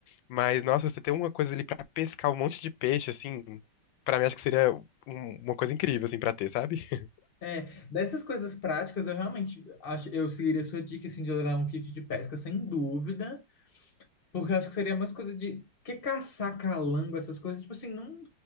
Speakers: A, on the left; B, on the left.
A: Mas, nossa, você tem uma coisa ali pra pescar um monte de peixe, assim, pra mim acho que seria um- uma coisa incrível, assim, pra ter, sabe? <laughs>
B: É, dessas coisas práticas, eu realmente acho, eu seguiria a sua dica, assim, de levar um kit de pesca, sem dúvida, porque eu acho que seria mais coisa de, porque caçar calango, essas coisas, tipo assim, não,